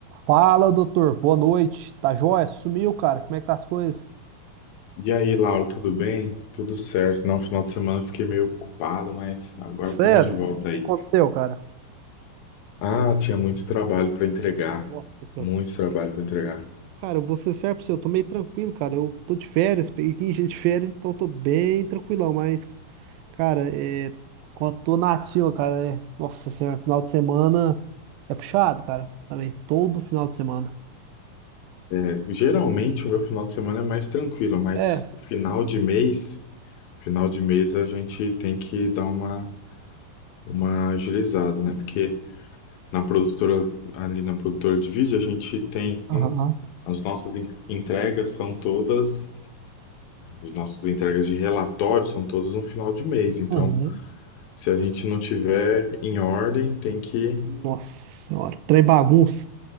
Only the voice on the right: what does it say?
Fala, doutor. Boa noite. Tá jóia? Sumiu, cara. Como é que tá as coisas?
Sério?
O
que aconteceu, cara?
Nossa senhora.
Cara, eu vou ser sério pra você, eu tô meio tranquilo, cara. Eu tô de férias, peguei 15 dias de férias, então eu tô bem tranquilão, mas, cara, é... quando tô na ativa, cara, é... Nossa senhora, final de semana é puxado, cara. Também, todo final de semana.
É.
Aham.
Uhum.
Nossa senhora, trem bagunça.